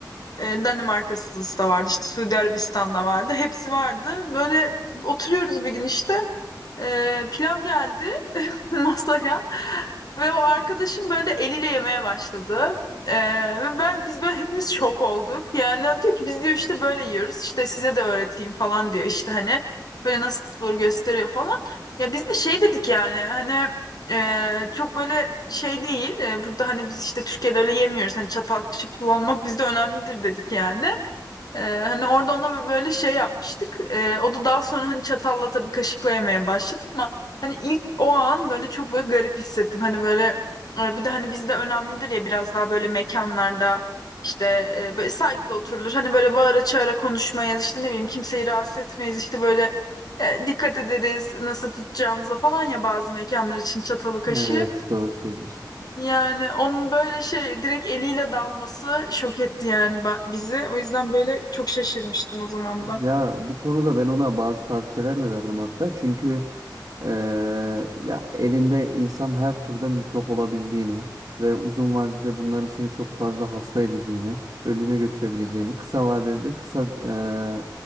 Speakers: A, on the left (about 60°); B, on the right (about 60°).
A: Eee, Danimarkalısı da vardı işte Suudi Arabistan'da vardı hepsi vardı. Böyle oturuyoruz bir gün işte eee, pilav geldi <laughs> masaya ve o arkadaşım böyle eliyle yemeye başladı. Ee, ve ben biz böyle hepimiz şok olduk. Yani o diyor ki biz diyor işte böyle yiyoruz. İşte size de öğreteyim falan diyor. İşte hani böyle nasıl tutulur gösteriyor falan. Ya biz de şey dedik yani hani e, çok böyle şey değil. E, burada hani biz işte Türkiye'de öyle yemiyoruz. Hani çatal kaşık kullanmak bizde önemlidir dedik yani. Ee, hani orada ona bir böyle şey yapmıştık. Ee, o da daha sonra hani çatalla tabii kaşıkla yemeye başladı ama hani ilk o an böyle çok böyle garip hissettim. Hani böyle e, bir de hani bizde önemlidir ya biraz daha böyle mekanlarda işte e, böyle saygılı oturulur. Hani böyle bağıra çağıra konuşmayız işte ne bileyim kimseyi rahatsız etmeyiz işte böyle e, dikkat ederiz nasıl tutacağımıza falan ya bazı mekanlar için çatalı kaşığı.
B: Evet doğru söylüyorsun.
A: Yani onun böyle şey direkt eliyle dalması şok etti yani ben, bizi. O yüzden böyle çok şaşırmıştım o zaman da.
B: Ya bu konuda ben ona bazı tavsiyeler de verdim hatta. Çünkü eee, ya elinde insan her türde mikrop olabildiğini ve uzun vadede bunların seni çok fazla hasta edeceğini, ölüme götürebileceğini, kısa vadede kısa eee,